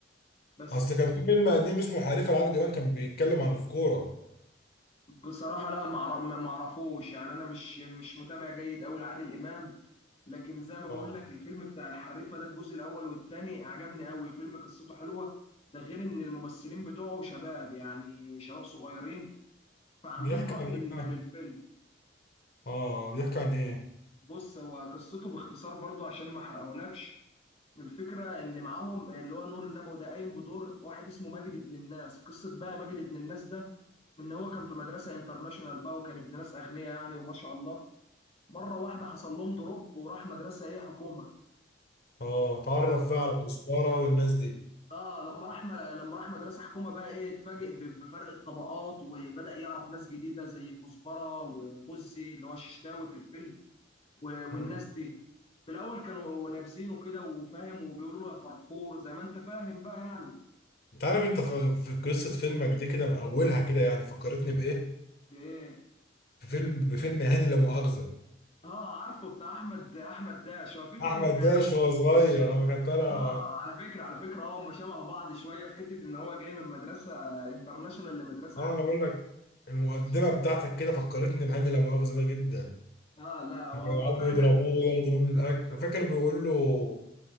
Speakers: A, on the left; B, on the left.
A: بس
B: اصل كان في فيلم قديم اسمه حريفه لعادل امام كان بيتكلم عن الكوره
A: بصراحة لا معر- ما ما اعرفوش يعني انا مش مش متابع جيد قوي لعادل امام لكن زي ما بقول
B: اه
A: لك الفيلم بتاع الحريفة ده الجزء الاول والثاني عجبني قوي فيلم قصته حلوة ده غير ان الممثلين بتوعه شباب يعني شباب صغيرين فعاملين
B: بيحكي
A: روح
B: عن
A: لل-
B: ايه بقى
A: للفيلم
B: اه بيحكي عن ايه
A: بص هو قصته باختصار برضو عشان ما احرقهولكش الفكرة إن معاهم اللي هو نور النبوي ده قايم بدور واحد اسمه ماجد ابن الناس، قصة بقى ماجد ابن الناس ده إن هو كان في مدرسة انترناشونال بقى وكان ابن ناس أغنياء يعني وما شاء الله، مره واحده حصل لهم دروب وراح مدرسه ايه حكومه
B: اه تعرف
A: فلما
B: بقى
A: راح
B: على كزبرة والناس دي
A: اه لما راح م... لما راح مدرسه حكومه بقى ايه اتفاجئ ب- بفرق الطبقات وبدا يعرف ناس جديده زي كزبره وغزي اللي هو ششتاوي في الفيلم و... والناس
B: مم.
A: دي في الاول كانوا نابزينه كده وفاهم وبيقولوا له يا فرفور زي ما انت فاهم بقى يعني
B: انت عارف انت في في قصة فيلمك دي كده من اولها كده يعني فكرتني بايه
A: بايه
B: بفيلم بفيلم هاني لا مؤاخذة
A: اه عارفه بتاع احمد احمد داش هو فكره
B: احمد
A: إن يعني
B: داش وهو صغير اما كان طالع
A: اه على فكره على فكره اه هم شبه بعض شويه في حته ان هو جاي من مدرسه انترناشونال لمدرسه
B: اه
A: حكومه
B: انا بقول لك المقدمة بتاعتك كده فكرتني بهاني لا مؤاخذة ده جدا
A: اه لا هو
B: لما كانوا
A: هم
B: يقعدوا
A: فعلا
B: يضربوه
A: <laughs>
B: وياخدوا منه الاكل فاكر بيقول له